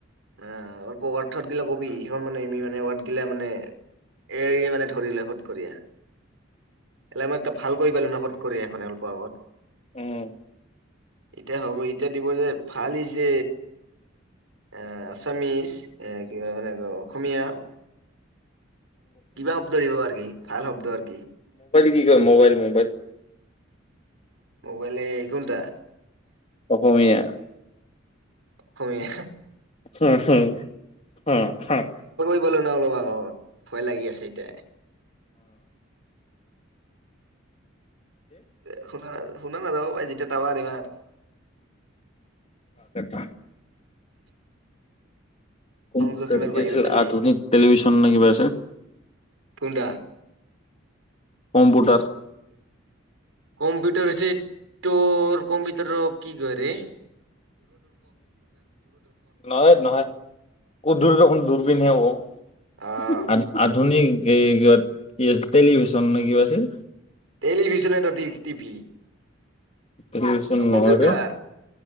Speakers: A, on the right (about 70°); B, on the left (about 35°).
A: অ অলপ ৱাৰত <unintelligible> গিলা কবি, সেইখন মানেি মানে ৱ্থগিলা মানে এ মানে ধৰিলে ফত কৰিয়া। এল মানে ভাল কৰি পালো ন ফট কয়া সখনে অলপ আগত
B: উম
A: এতিয়া হ'ব, এতিয়া দিব যে, ভালি যে এ আছামিজ, এ কিবা মানে অসমীয়া কিবা শব্দ দিব আৰু কি? ভাল শব্দ আৰু কি?
B: কিঠ মোবাইল-মোবাইল
A: মোবাইলে কোনটা?
B: অসমীয়া
A: অসমীয়া
B: আছে আছে অ হয় হয়
A: <unintelligible> অলপ আগত ভয় লাগি আছে এতিয়া এ শুনা নযায় শুন নাযাব পাই জিতিয়া তাবা ইমান
B: অ সেটোৱেই
A: সংযোগ
B: কম্পিউটাৰ
A: সীমাৰ
B: কি
A: বাহিৰত
B: আছিল
A: ঠেলি
B: আধুনিক টেলিভিশ্যন নে কিবা আছে
A: পন্দ
B: কম্পোটাৰ
A: কম্পিউটাৰ হৈছে তো কম্পিউটৰ কি কৰে
B: নহয় নহয় দুৰদৰ্শন দূৰবিনহে ক
A: অ'
B: আধুনিক এই ক টেলিভিশ্যন নে কিবা আছিল
A: টেলিভিছনে এটা দিশ টিভি
B: টেলিভিশ্যন
A: অ' কম্পিউটাৰ।
B: নহব